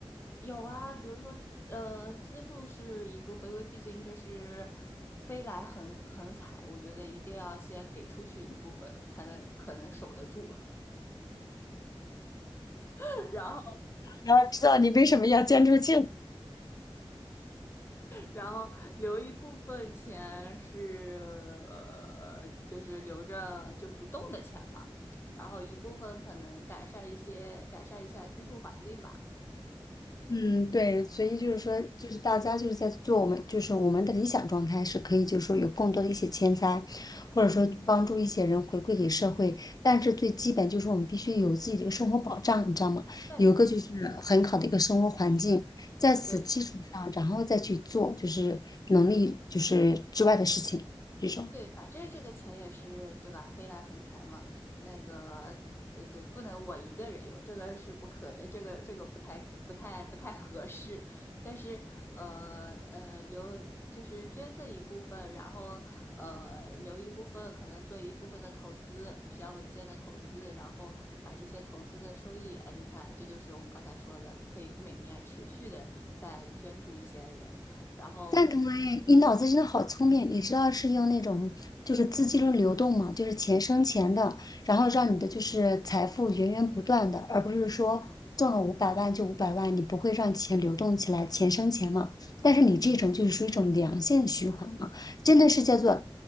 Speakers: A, on the left; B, on the left.
A: 有啊，比如说，呃，资助是一部分，因为毕竟这是飞来横横财，我觉得一定要先给出去一部分，才能可能守得住，<laughs> 然后
B: 然要知道你为什么要捐出去？
A: 然后留一部分钱是，呃就是留着就不动的钱嘛，然后一部分可能改善一些改善一下居住环境吧，
B: 嗯，对，所以就是说，就是大家就是在做我们，就是我们的理想状态是可以，就是说有更多的一些钱财，或者说帮助一些人回馈给社会。但是最基本就是我们必须有自己的一个生活保障，你知道吗？
A: 对。
B: 有一个就是很好的一个生活环境，在此基础上，
A: 对，
B: 然后再去做就是能力就是之外的事情，这种。
A: 对，反正这个钱也是对吧？飞来横财嘛，那个呃，对，不能我一个人用，这个是不可，这个这个不太不太不太合适。但是呃呃，留就是捐赠一部分，然后呃留一部分，可能做一部分的投资，比较稳健的投资，然后把这些投资的收益，哎，你看，这就是我们刚才说的，可以每年持续的再捐助一些人，然后。
B: 赞同哎，你脑子真的好聪明！你知道是用那种就是资金的流动嘛，就是钱生钱的，然后让你的就是财富源源不断的，而不是说中了五百万就五百万，你不会让钱流动起来，钱生钱嘛。但是你这种就是属于一种良性循环嘛，真的是叫做